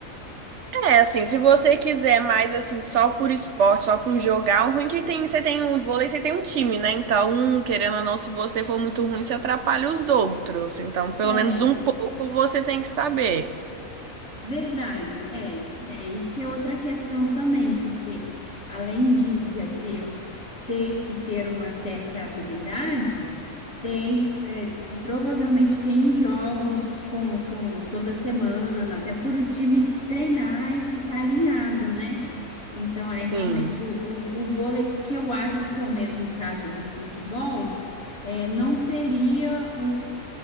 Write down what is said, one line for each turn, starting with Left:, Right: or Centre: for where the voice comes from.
Right: É, assim, se você quiser mais, assim, só por esporte, só por jogar, o ruim é que tem, você tem o vôlei, você tem um time, né? Então, querendo ou não, se você for muito ruim, você atrapalha os outros. Então, pelo
Left: É,
Right: menos um pouco você tem que saber.
Left: Verdade, é, é isso que é outra questão também, porque além de já ter, eu ter que ter uma certa habilidade, tem, é, provavelmente tem jogos com, com toda semana, até por o time treinar e ficar alinhado, né? Então aí
Right: Sim.
Left: realmente o, o, o vôlei, que eu acho que é o mesmo caso do futebol, é, não seria